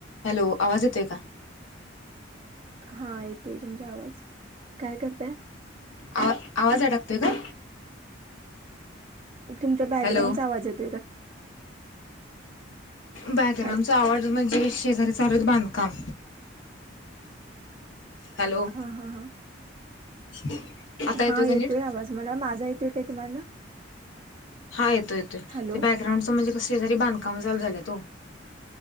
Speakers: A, on the left; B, on the right.
A: Hello आवाज येतोय का.
B: हा येतोय तुमचा आवाज काय करताय.
A: आ आवाज आडकतोय का.
B: तुमचा बॅकग्राउंडचा
A: हॅलो.
B: आवाज येतोय काय?
A: बॅकग्राऊंड
B: हॅलो.
A: चा आवाज म्हणजे शेजारी चालू हायत बांधकाम. हॅलो.
B: हा हा हा.
A: <unintelligible>
B: हा
A: का
B: येतोय
A: नीट
B: आवाज मला माझा येतोय ये तुम्हाला.
A: हा येतो येतोय
B: हॅलो
A: ते बॅकग्रांडच म्हणजे कसरी बधकाम चल झालात हो.